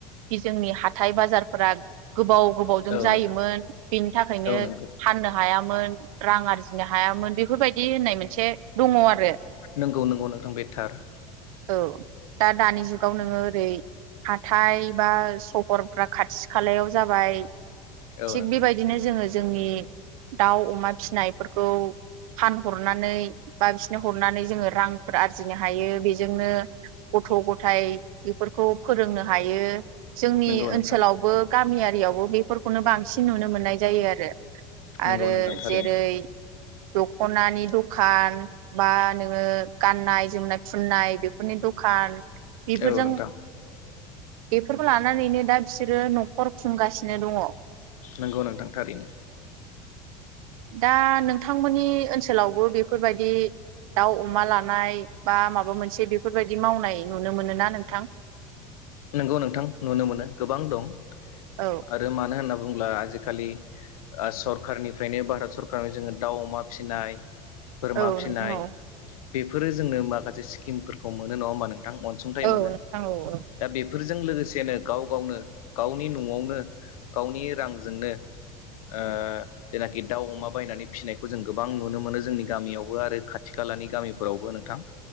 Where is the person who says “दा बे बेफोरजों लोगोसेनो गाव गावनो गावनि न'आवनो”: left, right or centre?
Left